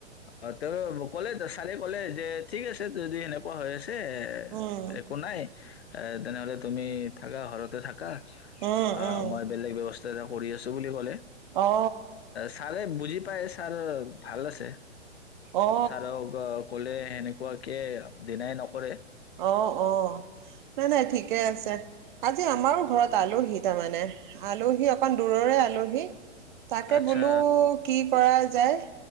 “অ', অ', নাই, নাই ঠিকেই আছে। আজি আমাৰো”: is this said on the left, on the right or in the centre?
Right